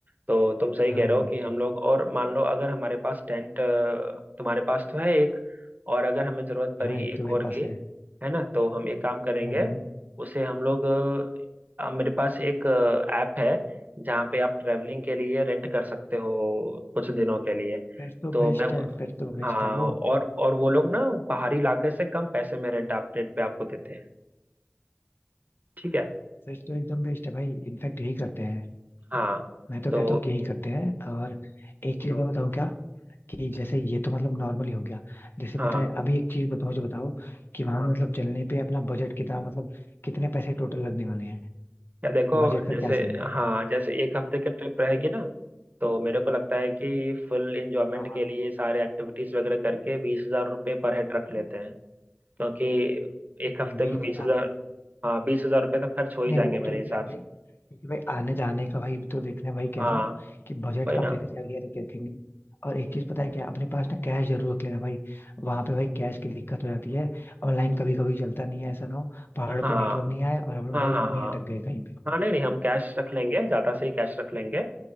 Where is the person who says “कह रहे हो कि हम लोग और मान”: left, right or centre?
Right